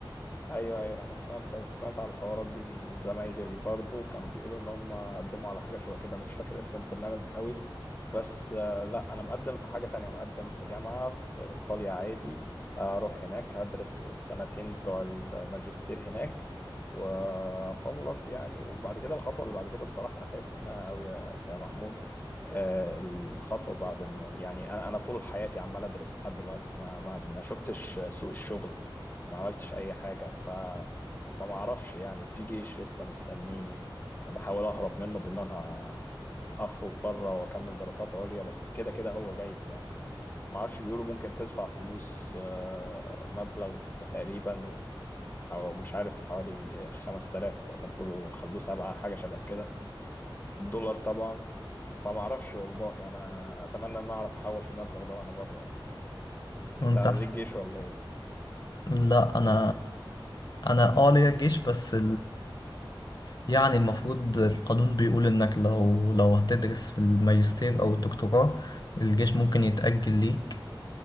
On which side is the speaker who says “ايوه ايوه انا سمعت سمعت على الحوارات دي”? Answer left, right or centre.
Left